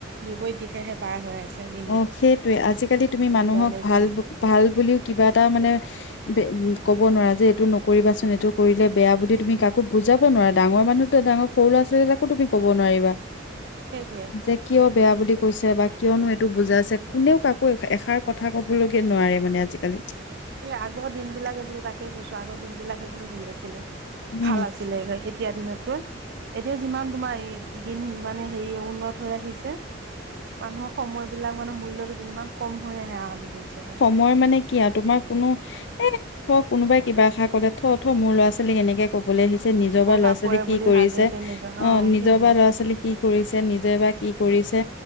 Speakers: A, on the right; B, on the left.
A: বিপৰীত দিশেহে তাই হৈ আছে নি
B: অ সেইটোৱে আজিকালি তুমি মানুহক
A: নাইকিয়া
B: ভাল ভাল বুলিও কিবা এটা মানে উম ক'ব নোৱাৰা যে এইটো নকৰিবাচোন এইটো কৰিলে বেয়া বুলি তুমি কাকো বুজাব নোৱাৰা ডাঙৰ মানুহতো ডা সৰু লৰা-ছোৱালী এটাকো তুমি ক'ব নোৱাৰিবা।
A: সেটোৱে।
B: যে কিয় বেয়া বুলি কৈছে বা কিয়নো এইট টো বুজাইছে কোনেও কাকো এষাৰ কথা ক'বলৈকে নোৱাৰে মানে আজিকালি।
A: সেই আগৰ দিনবিলাকে বোলো তাকে কৈছো আগৰ দিনবিলাকে বোলো সেই আছিলে
B: উম
A: ভাল আছ ছিলে এতিয়াৰ দিনতকৈ। এতিয়া যিমান তোমাৰ ই দিন মানে হেৰি উন্নত হৈ আহিছে মানুহৰ সময়বিলাক মানে মূল্যতো তিমান কম হৈয়ে আহা আদি হৈছেগৈ।
B: মই মানে কি আ তোমা কোনো এ থ কোনোবাই কিবা এষাৰ কলে থ থ মোৰ ল'ৰা-ছোৱালী এনেকে ক'বলে আহিছে নিজৰ
A: প্ৰভাৱ
B: বা ল'ৰা-ছোৱালী
A: পৰে
B: কি
A: বুলি
B: কৰি
A: ভাবে
B: আছে।
A: তেনেকুৱা
B: অ নিজৰ
A: সেইটোৱে
B: বা ল'ৰা-ছোৱালী কি কৰিছে নিজে বা কি কৰিছে